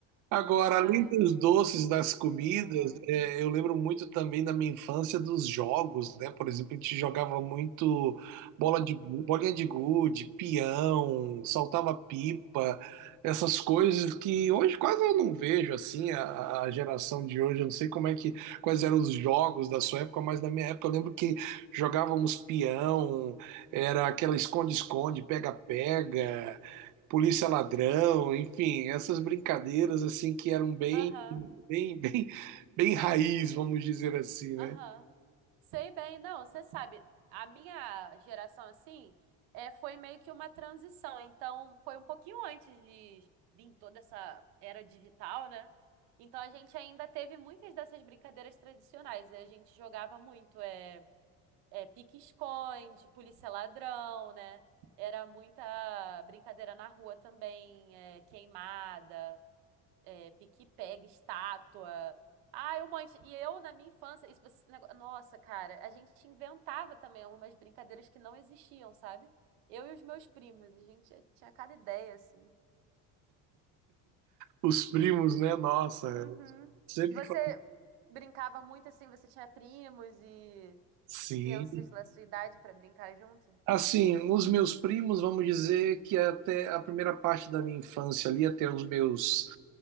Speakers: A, on the right; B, on the right.
A: Agora,
B: Ai.
A: além dos doces, das comidas,
B: Aham.
A: é, eu lembro muito também da minha infância dos jogos, né? Por exemplo, a gente jogava muito bola
B: Aham.
A: de, bolinha de gude, peão, saltava pipa, essas coisas que hoje quase eu não vejo assim, a, a geração de hoje, eu não sei como é que, quais eram os jogos da sua época, mas na minha época eu lembro que jogávamos peão, era aquela esconde-esconde, pega-pega, Polícia Ladrão, enfim, essas brincadeiras assim que eram bem,
B: Aham.
A: bem, <laughs> bem, bem raiz, vamos dizer assim, né?
B: Aham. Sei bem, não, você sabe, a minha geração, assim, é, foi meio que uma transição, então foi um pouquinho antes de vir toda essa era digital, né? Então a gente ainda teve muitas dessas brincadeiras tradicionais, né? a gente jogava muito, é, é pique-esconde, polícia ladrão, né? Era muita brincadeira na rua também, é, queimada é, pique-pega, estátua. Ah, eu monte. E eu, na minha infância, isso, esse nego- nossa, cara, a gente inventava também umas brincadeiras que não existiam, sabe? Eu e os meus primos, a gente tinha cada ideia, assim.
A: Os primos, né? Nossa,
B: Uhum.
A: sempre
B: Você
A: fa-
B: brincava muito assim, você tinha primos e
A: Sim.
B: crianças da sua idade pra brincar junto?
A: Assim, os meus primos, vamos dizer que até a primeira parte da minha infância ali, até os meus